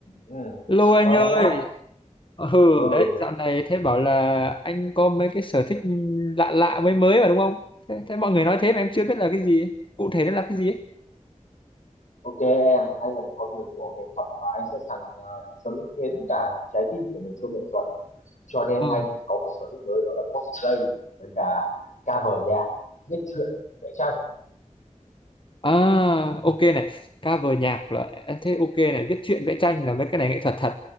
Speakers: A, on the left; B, on the left.
A: ừ
B: Lô anh
A: chào em
B: ơi,
A: nhá
B: ừ
A: ừ
B: đấy dạo này thế bảo là anh có mấy cái sở thích lạ lạ mới mới mà đúng không? Thế, thế mọi người nói thế mà em chưa biết là cái gì, cụ thể nó là cái gì ấy.
A: ok em anh là một con người của nghệ thuật và anh sẵn sàng ờ, dâng hiến cả trái tim của mình cho nghệ thuật cho nên
B: Ờ.
A: anh có một sở thích mới đó là cosplay với cả cover nhạc viết truyện vẽ tranh
B: À, ok này, cover nhạc là à, thế ok này, viết truyện vẽ tranh là mấy cái này nghệ thuật thật.